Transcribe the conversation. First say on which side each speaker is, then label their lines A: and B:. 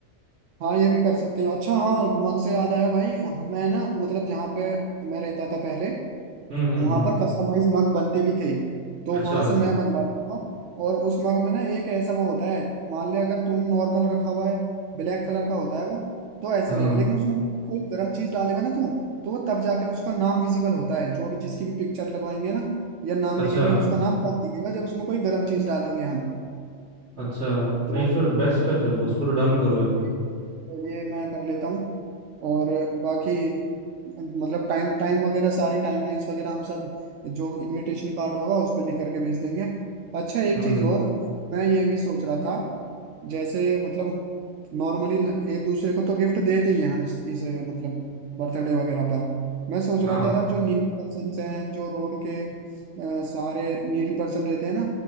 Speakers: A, on the right; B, on the right.
A: हाँ ये भी कर सकते हैं अच्छा हाँ मग से याद आया भाई मैं ना मतलब जहाँ पे मैं रहता था पहले
B: हम्म हम्म
A: वहां
B: हम्म
A: पर कस्टमाइज मग बनते भी थे तो
B: अच्छा
A: वहां से मैं बनवा लूंगा और उस मग में ना एक ऐसा वो होता है मान ले अगर तूने नॉर्मल रखा हुआ है ब्लैक कलर का होता है वो तो ऐसे
B: हाँ
A: रहेगा लेकिन उसमें कोई गर्म चीज डालेगा ना तू तो वो तब जाकर उसका नाम विजिबल होता है जो भी जिसकी भी पिक्चर लगवाएंगे ना या नाम
B: अच्छा
A: लिखेंगे उसका नाम तब दिखेगा जब उसमें कोई गर्म चीज डालेंगे हम
B: अच्छा नहीं
A: तो
B: फिर बेस्ट है फिर वो उसको डन करो एकदम
A: तो ये मैं कर लेता हूँ और बाकी मतलब टाइम टाइम वगैरह सारी टाइमलाइंस वगैरह हम सब जो इनविटेशन कार्ड होगा उस पर लिख करके भेज देंगे अच्छा एक
B: हम्म
A: चीज़ और मैं ये भी सोच रहा था जैसे मतलब नॉर्मली एक दूसरे को तो गिफ्ट देते ही हैं हम इस, इस मतलब बर्थडे वगैरह पर मैं सोच
B: हाँ
A: रहा था यार जो नीड पर्सन हैं जो रोड के अ, सारे नीड पर्सन रहते हैं ना